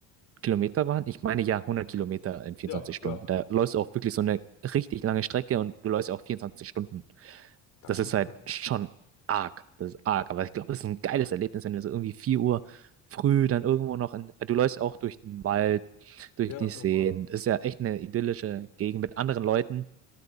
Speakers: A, on the right; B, on the left.
A: Kilometer waren? Ich meine ja 100 Kilometer in 24
B: Ja,
A: Stunden.
B: ja.
A: Da läufst du auch wirklich so eine richtig lange Strecke und du läufst ja auch 24 Stunden.
B: Das
A: Das
B: ist
A: ist
B: schon
A: halt
B: cool.
A: schon arg. Das ist arg. Aber ich glaube, das ist ein geiles Erlebnis, wenn du so irgendwie 4 Uhr früh dann irgendwo noch in, du läufst auch durch den Wald, durch
B: Ja,
A: die
B: nochmal.
A: Seen. Das ist ja echt eine idyllische Gegend mit anderen Leuten.